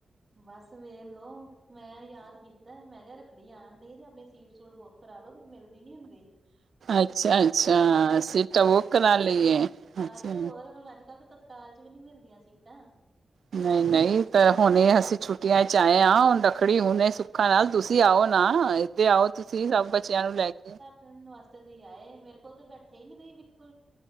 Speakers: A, on the right (about 40°); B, on the right (about 70°).
A: ਬਸ ਵੇਖ ਲੋੋ, ਮੈਂ ਯਾਦ ਕੀਤਾ ਮੈਂ ਕਿਹਾ ਰ ਰੱਖੜੀ ਆਣ ਡਈ ਤੇ ਆਪਣੀ ਸੀਟ ਸੂਟ ਬੁੱਕ ਕਰਾ ਲੋ ਫਿਰ ਮਿਲਦੀ ਨੀ ਹੁੰਦੀ।
B: ਅੱਛਾ-ਅੱਛਾ, ਸੀਟਾਂ ਬੁੱਕ ਕਰਾ ਲਈ ਏ,
A: ਹਾਂ
B: ਅੱਛਾ।
A: ਤੇ ਹੋਰ ਹੁਣ ਅੱਜ-ਕੱਲ ਤਾਂ ਤਤਕਾਲ ਚ ਵੀ ਨਹੀ ਮਿਲਦੀਆਂ ਸੀਟਾਂ।
B: ਨਈ-ਨਈ ਤਾਂ ਹੁਣ ਅਸੀਂ ਛੁੱਟੀਆਂ ਚ ਆਏ ਆ ਹੁਣ ਰੱਖੜੀ ਹੁਣ ਸੁੁੱਖਾਂ ਨਾਲ ਤੁਸੀਂ ਆਓ ਨਾ ਇੱਥੇ ਆਓ ਤੁਸੀਂ ਸਭ ਬੱਚਿਆਂ ਨੂੰ ਲੈ ਕੇ।
A: ਤੈਨੂੰ ਨਮਸਤੇ ਤੁਸੀਂ ਆਏ ਮੇਰੇ ਕੋਲ ਤਾਂ ਬੈਠੇ ਹੀ ਨੀ ਤੁਸੀਂ ਬਿਲਕੁਲ।